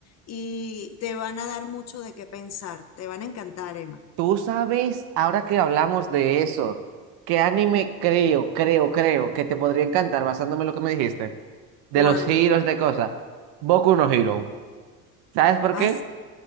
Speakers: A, on the left; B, on the right.
A: y te van a dar mucho de qué pensar. Te van a encantar, Emma.
B: Tú sabes, ahora que hablamos de eso, ¿qué anime creo, creo, creo que te podría encantar basándome en lo que me dijiste? De
A: ¿Cuál?
B: los giros de cosas. Boku no Hero. ¿Sabes por qué?
A: Haz-